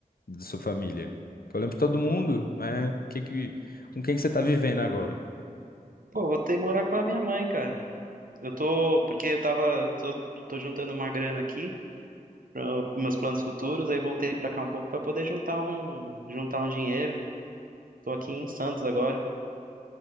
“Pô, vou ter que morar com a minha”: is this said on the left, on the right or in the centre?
Right